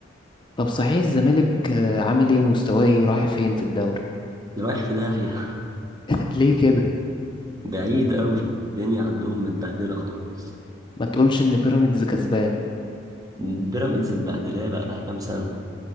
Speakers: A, on the left (about 25°); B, on the right (about 20°).
A: طب صحيح الزمالك آه، عامل ايه ومستواه ايه رايح فين في الدوري
B: رايح في داهية
A: <laughs> ليه كده
B: <laughs> بعيد قوي الدنيا عندهم متبهدلة خالص
A: ما تقولش ان بيراميدز كسبان
B: بيراميدز مبهدلاه بقى لها كام سنة